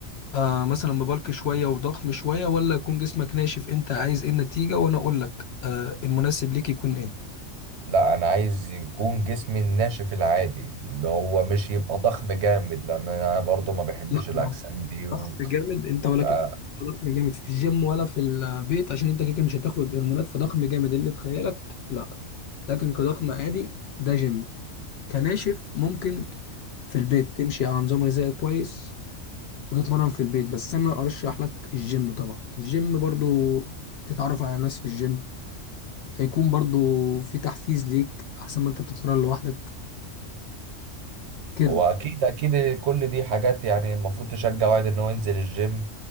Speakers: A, on the left (about 65°); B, on the right (about 65°).
A: آه مثلا مبالك شويه وضخم شويه ولا يكون جسمك ناشف انت عايز ايه النتيجه وانا اقول لك آه المناسب ليك يكون ايه
B: لا انا عايز يكون جسمي الناشف العادي اللي هو مش يبقى ضخم جامد لان انا برضو ما بحبش
A: لا
B: الاجسام دي
A: ضغط جامد
B: ويبقى
A: انت ولا كيك ضخم جامد في الجيم ولا في البيت عشان انت كيكه مش هتاخد هرمونات فضخم جامد اللي في خيالك لا لكن كضخم عادي ده جيم كناشف ممكن في البيت تمشي على نظام غذائي كويس وتتمرن في البيت بس انا ارشح لك الجيم طبعا الجيم برضو تتعرف على ناس في الجيم هيكون برضو في تحفيز ليك احسن ما انت بتتمرن لوحدك كده
B: هو اكيد اكيد كل دي حاجات يعني المفروض تشجع واحد ان هو ينزل الجيم